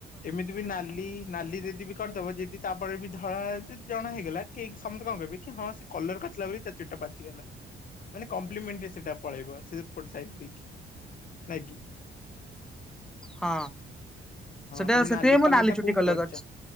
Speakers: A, on the left; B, in the centre.
A: ଏମିତି ବି ନାଲି ନାଲି ଦେଇଥିବେ କରିଦବ ଯଦି ତାପରେ ବି ଧଳା ଆସେ ଜଣା ହେଇଗଲା କି ସମତେ କଣ କହିବେ କି ହଁ ସେ କଲର କରିଥିଲା ବୋଲି ତା ଚୁଟିଟା ପାଚି ବୁଝିହେଲା ମାନେ କମ୍ପ୍ଲିମେଣ୍ଟ ରେ ସେଇଟା ପଳେଇବ ସେପଟ ସାଇଟି ଦେଇକି ନାଇଁକି?
B: ହଁ
A: ହଁ
B: ସେଟା
A: ତମେ
B: ସେଥିପାଇଁ ମୁଁ
A: କଲରଟା
B: ନାଲି ଚୁଟି
A: କୋଉଠୁ
B: କଲର
A: କରିଚ?
B: କରିଚି।